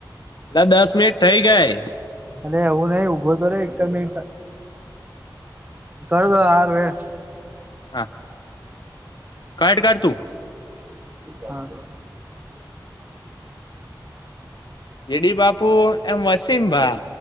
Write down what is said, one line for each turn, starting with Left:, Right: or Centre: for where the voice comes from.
Left: ના દસ મિનિટ થઈ ગયા.
Right: અ એવું નહી ઉઊભો તો રહેે એક જ મિનટ કર દો આર વળ
Left: હા કટ કાઢ તું.
Right: <inaudible>
Left: એડી બાપુ એમ વસીમ ભા